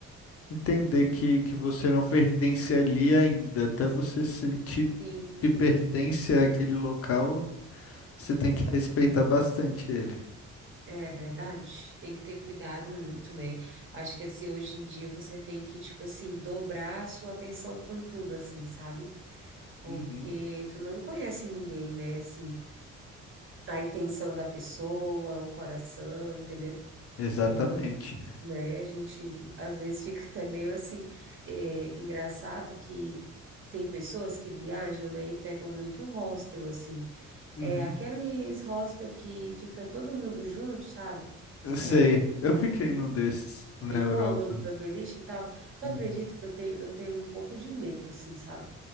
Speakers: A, on the left; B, on the right.
A: entender que, que você não pertence ali ainda, até você sentir
B: sim.
A: que pertence àquele local, você tem que respeitar bastante ele.
B: É verdade, tem que ter cuidado muito, né? Acho que assim, hoje em dia você tem que, tipo assim, dobrar a sua atenção com tudo, assim, sabe? Porque
A: Uhum,
B: tu não conhece ninguém, né? Assim, a intenção da pessoa, o coração, entendeu?
A: exatamente.
B: Então, né, a gente às vezes <laughs> fica até meio assim, é, engraçado que tem pessoas que viajam, né, e pegam muito hostel, assim.
A: Uhum,
B: É, aqueles hostel que fica todo mundo junto, sabe?
A: eu sei,
B: É,
A: eu fiquei num desses na
B: ficou
A: Europa.
B: no- na beliche e tal. Tu
A: Uhum.
B: acredita que eu tenho, eu tenho um pouco de medo, assim, sabe?